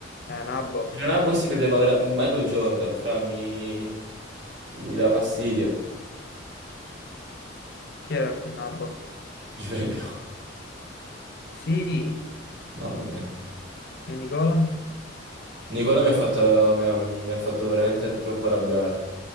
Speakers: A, on the left; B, on the right.
A: era nabbo.
B: Il Nabbo si credeva vera- Michael Jordan, fra, mi, mi dà fastidio.
A: Chi era il più nabbo?
B: Givebbio,
A: Sì,
B: mamma mia.
A: e Nicola?
B: Nicola mi ha fatto, mi ha, mi ha fatto veramente troppo arrabbiare.